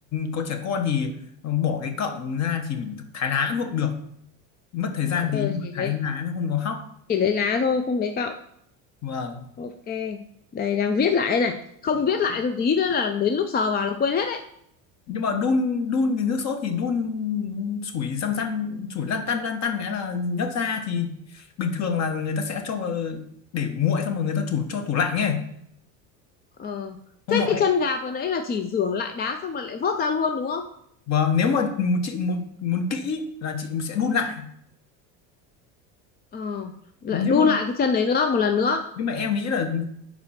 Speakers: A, on the left (about 40°); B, on the left (about 25°).
A: có trẻ con thì ờ, bỏ cái cọng ra thì mình thái lá cũng được mất thời gian
B: Ờ
A: tí nhưng mà
B: chỉ
A: thái
B: lấy
A: lá nó không nó hóc
B: chỉ lấy lá thôi, không lấy cọng.
A: vâng
B: Ok. Đây đang viết lại đây này. Không viết lại một tí nữa là đến lúc sờ vào là quên hết đấy.
A: nhưng mà đun đun cái nước sốt thì đun sủi răm răm sủi lăn tăn lăn tăn nghĩa là nhấc ra thì bình thường là người ta sẽ cho vào để nguội xong rồi người ta chủ cho tủ lạnh ấy
B: Ờ.
A: không
B: Thế
A: nọ ấy
B: cái chân gà vừa nãy là chỉ rửa lại đá xong rồi lại vớt ra luôn đúng không?
A: vâng nếu mà chị muốn muốn kỹ là chị sẽ đun lại
B: Ờ, lại
A: nếu
B: đun
A: mà
B: lại cái chân đấy nữa một lần nữa.
A: nhưng mà em nghĩ là